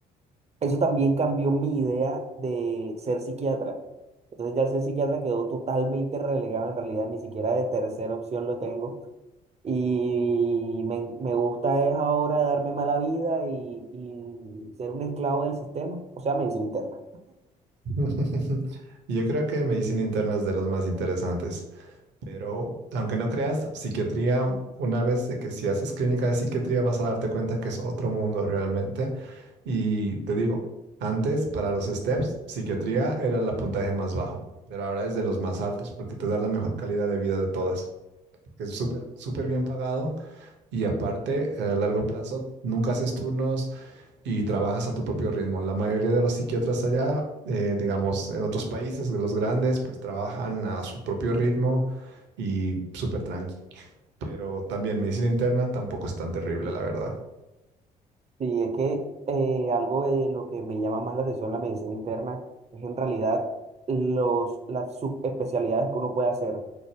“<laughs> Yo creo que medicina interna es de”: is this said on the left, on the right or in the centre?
Right